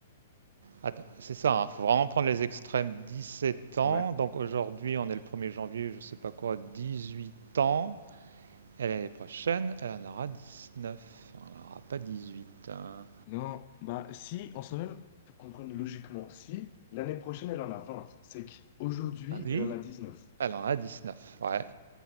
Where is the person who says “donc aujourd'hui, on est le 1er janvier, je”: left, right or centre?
Right